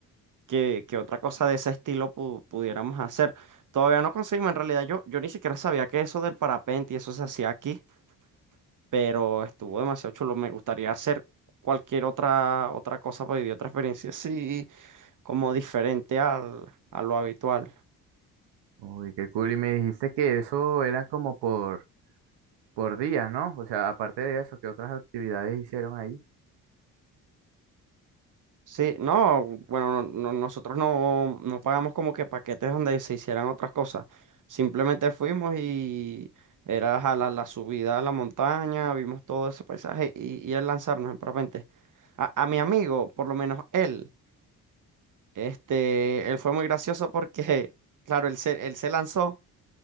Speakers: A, on the right; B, on the right.
A: qué, qué otra cosa de ese estilo pu- pudiéramos hacer. Todavía no conseguimos, en realidad yo, yo ni siquiera sabía que eso del parapente y eso se hacía aquí. pero estuvo demasiado chulo. Me gustaría hacer cualquier otra, otra cosa para vivir otra experiencia así, como diferente al, a lo habitual.
B: Uy, qué cool. Y me dijiste que eso era como por, por días, ¿no? O sea, aparte de eso, ¿qué otras actividades hicieron ahí?
A: Sí, no, bueno, no- no- nosotros no, no pagamos como que paquetes donde se hicieran otras cosas. Simplemente fuimos y era jalar la la subida a la montaña, vimos todo ese paisaje y, y el lanzarnos en parapente. A, a mi amigo, por lo menos él, este, él fue muy gracioso porque, <laughs> claro, él se, él se lanzó.